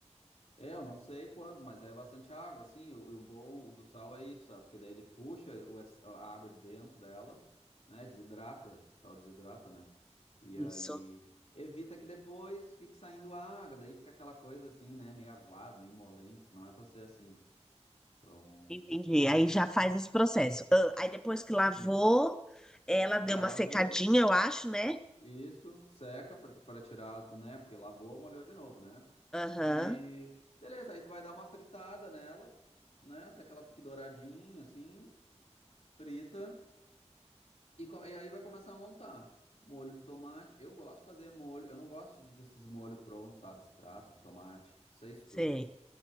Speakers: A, on the left (about 65°); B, in the centre.
A: É, eu não sei quanto, mas é bastante água, assim. E o, e o bom do sal é isso, sabe? Porque daí ele puxa o ex- a água de dentro dela, né? Desidrata, o sal desidrata, né? E
B: Isso,
A: aí evita que depois fique saindo a água, daí fica aquela coisa assim, né? Meio aguado, meio molengo, que não é pra ser assim. Então,
B: entendi. Aí já faz esse processo. Ah, aí depois que lavou,
A: sim.
B: ela deu
A: É,
B: uma
A: lavou,
B: secadinha, eu acho, né?
A: isso, seca pra pra tirar, né? Porque lavou, molhou de novo, né?
B: Aham,
A: E beleza, aí tu vai dar uma fritada nela, né? Até que ela fique douradinha, assim. frita e, co- e aí vai começar a montar. Molho de tomate, eu gosto de fazer molho, eu não gosto de- desses molhos prontos, sabe, extrato de tomate. Não sei se
B: sei.
A: tu,